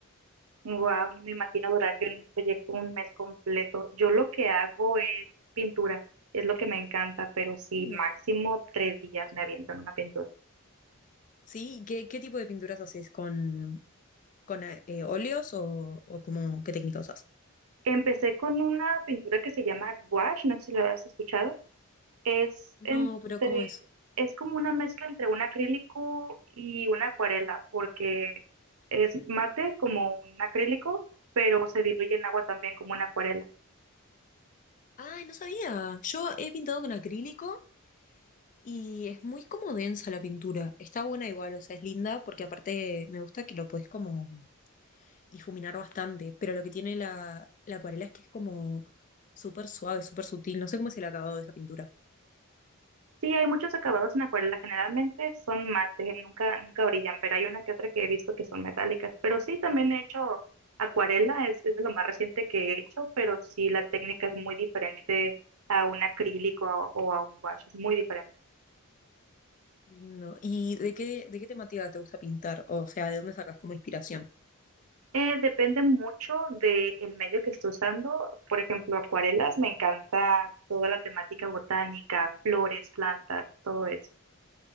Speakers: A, on the right; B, on the left.
A: Wow, no me imagino durar yo en un proyecto un mes completo. Yo lo que hago es pintura, es lo que me encanta, pero sí,
B: No.
A: máximo tres días me aviento en una pintura.
B: Sí, ¿qué, qué tipo de pinturas haces? ¿Con, con eh, eh, óleos o, o cómo- qué técnica usas?
A: Empecé con una pintura que se llama gouache, no sé si la has escuchado. Es
B: No,
A: entre,
B: pero ¿cómo es?
A: es como una mezcla entre un acrílico y una acuarela, porque es mate como un acrílico, pero se diluye en agua también como una acuarela.
B: Ay, no sabía. Yo he pintado con acrílico y es muy como densa la pintura. Está buena igual, o sea, es linda porque aparte me gusta que lo puedes como difuminar bastante, pero lo que tiene la, la acuarela es que es como súper suave, súper sutil. No sé cómo es el acabado de esa pintura.
A: Sí, hay muchos acabados en acuarela, generalmente son mate, nunca, nunca brillan, pero hay una que otra que he visto que son metálicas. Pero sí, también he hecho acuarela, es, es de lo más reciente que he hecho, pero sí la técnica es muy diferente a un acrílico o a un wash, es muy diferente.
B: Lindo. ¿Y de qué, de qué temática te gusta pintar? O sea, ¿de dónde sacas como inspiración?
A: Eh, depende mucho del medio que esté usando. Por ejemplo, acuarelas, me encanta toda la temática botánica, flores, plantas, todo eso.